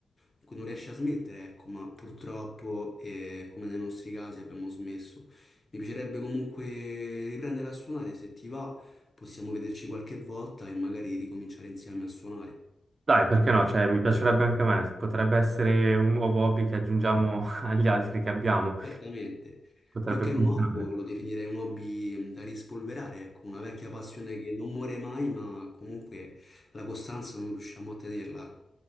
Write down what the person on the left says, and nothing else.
in cui non riesci a smettere, ecco, ma purtroppo, eh, come nei nostri casi, abbiamo smesso. Mi piacerebbe comunque riprendere a suonare, se ti va, possiamo vederci qualche volta e magari ricominciare insieme a suonare.
Certamente.
Più che
nuovo lo definirei un hobby mh, da rispolverare, ecco, una vecchia passione che non muore mai, ma comunque la costanza non riusciamo a tenerla.